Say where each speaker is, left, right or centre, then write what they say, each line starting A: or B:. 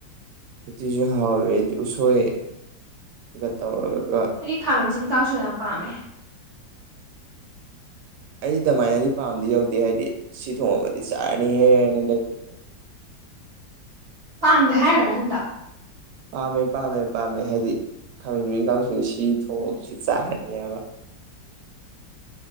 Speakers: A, on the right; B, on the right.
A: ꯎꯇꯤꯁꯨ ꯍꯥꯎꯋꯦ ꯍꯥꯏꯗꯤ ꯎꯁꯣꯏꯒ ꯇꯧꯔꯒꯒ
B: ꯑꯩꯗꯤ ꯈꯥꯃꯦꯟꯁꯤꯟ ꯀꯥꯡꯁꯨ ꯌꯥꯝ ꯄꯥꯝꯃꯦ
A: ꯑꯩꯗꯤ ꯑꯗꯨꯃꯥꯏꯅꯗꯤ ꯄꯥꯝꯗꯤ ꯌꯧꯗꯦ ꯍꯥꯏꯗꯤ ꯁꯤ ꯊꯣꯡꯉꯕꯗꯤ ꯆꯥꯔꯅꯤꯍꯦ ꯍꯥꯏꯅ ꯂꯩꯕ
B: ꯄꯥꯝꯗꯦ ꯍꯥꯏꯌꯣ ꯅꯪꯗ
A: ꯄꯥꯝꯃꯦ ꯄꯥꯝꯃꯦ ꯄꯥꯝꯃꯦ ꯍꯥꯏꯗꯤ ꯈꯥꯃꯟꯕꯤ ꯀꯥꯡꯁꯨ ꯁꯤ ꯊꯣꯡꯁꯤ ꯆꯥꯍꯅꯦꯕ